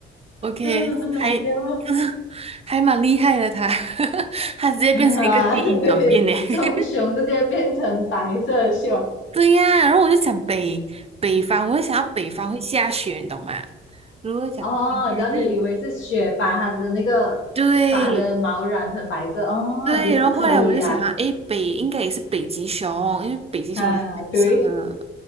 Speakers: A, on the right; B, on the left.
A: ，OK，
B: 嗯，很好笑
A: 还，<laughs> 可是，还蛮厉害的它，<laughs> 它直接变成一个基因转变呢。
B: 啊，<laughs> 对，
A: <laughs>
B: 从熊直接变成白色的熊，
A: 对呀，然后我就想北北方，我就想要北方会下雪，你懂吗？如果讲应该是
B: 哦，然后你以为是雪把它的那个把它的毛染成白色，
A: 对，
B: 哦，
A: 对，
B: 也是可以呀、
A: 然后后来我就想啊，诶，北应该也是北极熊，因为北极熊也是白色的。
B: 啊，啊，对，